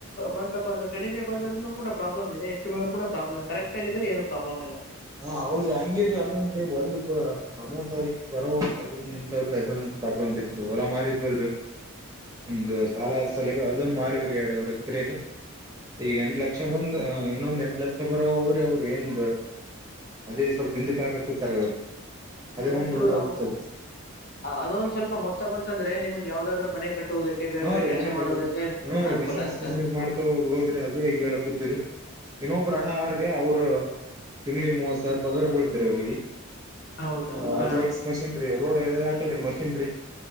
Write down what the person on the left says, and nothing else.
ಬಂತಪ್ಪ ಅಂದ್ರೆ ಕಡಿಮೆ ಬಂದ್ರರು ಕೂಡಾಬ್ಲಮ್ದೆ ಹೆಚ್ಚ ಬಂದ ಕೂಡಾಬ್ಲಮ್ ಕರೆಕ್ಟ್ಗ್ರೆ ಏನು ಪ್ರಾಬ್ಲಮ ಇಲ್ಲ
ಅದೊಂದ್ಚೂರು
ಅದೊಂದ್ ಸ್ವಲ್ಪ ಮೊತ್ತ ಅಂತಂದ್ರೆ ನಿಮಗೆ ಯಾವ್ದಾದ್ರು ಮನೆ ಕಟ್ಟುವುದಕ್ಕೆ ಬೇರೆ
ಬೇರೆ
ಕೆಲಸ
ಮಾಡೋದಕ್ಕೆ
ಅನುಕೂಲ
ಆಗುತ್ತೆ
ಹೌದು
ಹಾಂ